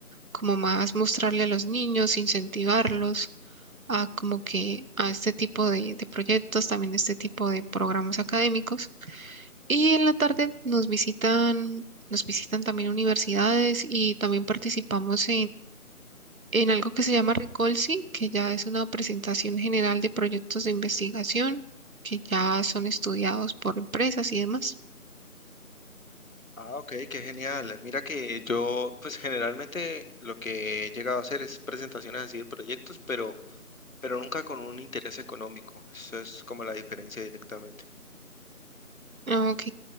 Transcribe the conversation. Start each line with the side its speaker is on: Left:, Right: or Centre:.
Right: como más mostrarle a los niños, incentivarlos a como que a este tipo de, de proyectos, también este tipo de programas académicos. Y en la tarde nos visitan, nos visitan también universidades y también participamos en algo que se llama Recolsi, que ya es una presentación general de proyectos de investigación que ya son estudiados por empresas y demás.
Left: Ah, ok, qué genial. Mira que yo, pues generalmente lo que he llegado a hacer es presentaciones así de proyectos, pero, pero nunca con un interés económico. Eso es como la diferencia directamente.
Right: Ah, Ok,